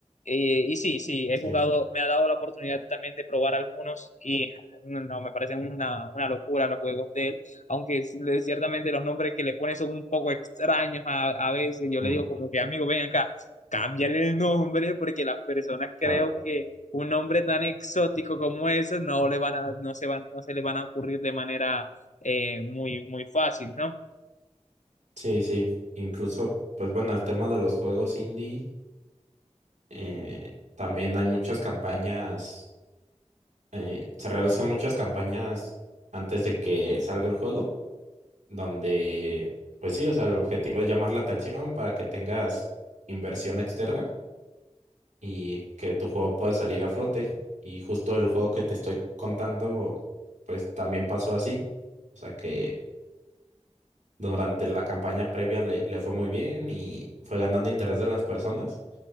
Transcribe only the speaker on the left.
Eh, y sí, sí, he
jugado, me ha dado la oportunidad de- también de probar algunos y no, me parecen una, una locura los juegos de él aunque es- le- ciertamente los nombres que le pone son un poco extraños a, a veces. Yo
le digo como que, amigo, ven acá, cámbiale el nombre porque las personas
creo que un nombre tan exótico como ese no le van a, no se van, no se le van a ocurrir de manera eh, muy, muy fácil, ¿no?